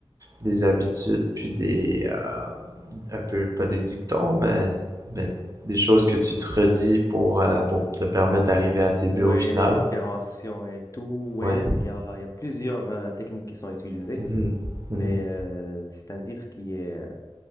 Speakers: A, on the right; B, on the left.
A: des habitudes, puis des, euh, un peu, pas des dictons, mais, mais des choses que tu te redis pour, euh, pour te permettre d'arriver à tes buts
B: Ouais,
A: au final.
B: les affirmations et tout, ouais,
A: Ouais.
B: il y a, il y a plusieurs euh, techniques qui sont utilisées,
A: Mhm.
B: mais
A: Mhm.
B: euh, c'est un titre qui est, euh,